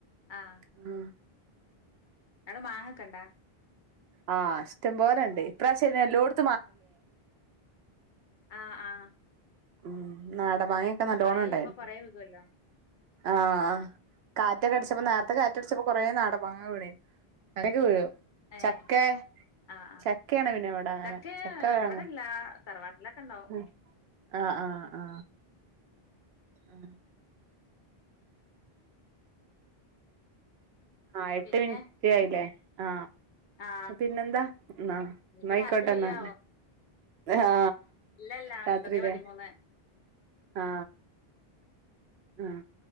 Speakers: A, on the left (about 55°); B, on the right (about 80°).
A: ആഹ്
B: ഉം
A: അവിടെ മാങ്ങയൊക്കെയുണ്ടോ.
B: ആഹ് ഇഷ്ടം പോലെ ഇണ്ട്, ഈ പ്രാവശ്യം എല്ലായിടത്തും.
A: ആ ആ
B: ഉം നാട മാങ്ങക്കെ നല്ലോണം
A: പെയ്യുമ്പോ
B: ഇണ്ടായിരുന്നു
A: കൊറേ വികുവല്ലോ
B: ആ കാ റ്റടിച്ചപ്പോ നേരത്തെ കാറ്റടിച്ചപ്പോ കൊറേ നാടമാങ്ങ വീണീനി ക്ക വീഴും
A: ഏഹ്
B: ചക്കെ
A: ആഹ് ആഹ്
B: ചക്കയാണ് പിന്നെവിടാ അങ്ങനെ
A: ചക്ക
B: ചക്കവ്ടെ
A: ഇവിടെല്ല
B: അങ്ങനേ
A: തറവാട്ടിലൊക്കെ ഉണ്ടാവും
B: ഉം ആ ആ ആ ഉം ആ എട്ട്
A: പിന്നെ
B: മിനിറ്റ് ആയില്ലേ ആ
A: ആഹ്
B: പിന്നെന്താ ന്നാ
A: ഇനിയിപ്പ
B: ന്നായ്ക്കോട്ടന്നാ
A: രാത്രി പെയ്യാവോ
B: ആ
A: ഇല്ലല്ല ഒൻപതേ
B: രാത്രിലേ
A: പതിമൂന്ന്
B: ആ ഉം